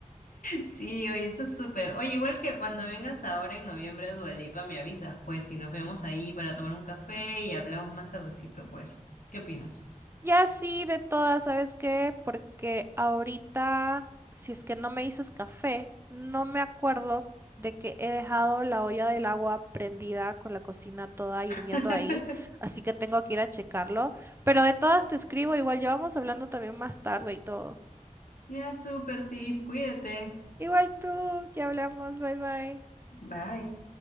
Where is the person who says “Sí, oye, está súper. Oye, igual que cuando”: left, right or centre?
Left